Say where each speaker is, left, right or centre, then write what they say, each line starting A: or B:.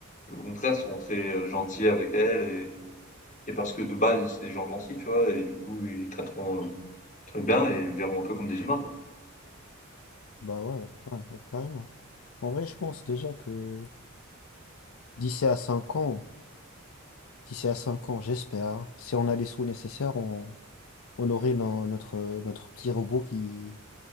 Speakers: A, on the left; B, on the left.
A: euh, au contraire, seront très euh, gentils avec elles et, et parce que de base, c'est des gens gentils, tu vois, et du coup, ils traiteront euh, très bien et les verront un peu comme des humains, quoi.
B: bah ouais, ouais, ouais, carrément. En vrai, je pense déjà que d'ici à 5 ans, d'ici à 5 ans, j'espère, si on a les sous nécessaires, on, on aurait no- notre, notre petit robot qui,